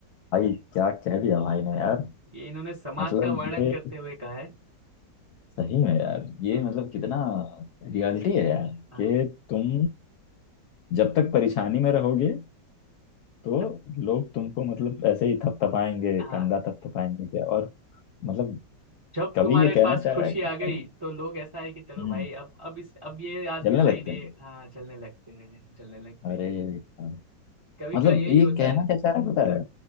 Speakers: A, on the left; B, on the right.
A: भाई क्या कह दिया भाई ने
B: हाँ
A: यार
B: ये इन्होंने समाज
A: मतलब
B: का वर्णन
A: ये
B: करते हुए कहा है
A: सही में यार ये
B: हम्म,
A: मतलब कितना रियलिटी है यार
B: हाँ
A: कि तुम जब तक परेशानी में रहोगे तो
B: तब
A: लोग तुमको मतलब ऐसे ही थपथपाएंगे
B: हाँ
A: कंधा थपथपाएंगे क्या और मतलब
B: जब
A: कवि
B: तुम्हारे
A: ये कहना
B: पास
A: चाह
B: खुशी
A: रहा है कि
B: आ गई तो लोग ऐसा है कि चलो
A: हम्म,
B: भाई अब अब इस अब ये आदमी
A: जलने
B: सही
A: लगते
B: नहीं
A: हैं
B: है। हाँ जलने लगते हैं जलने लगते
A: अरे
B: हैं
A: यार,
B: कवि
A: मतलब
B: का यही
A: ये
B: होता
A: कहना
B: है
A: क्या चाह रहा है पता है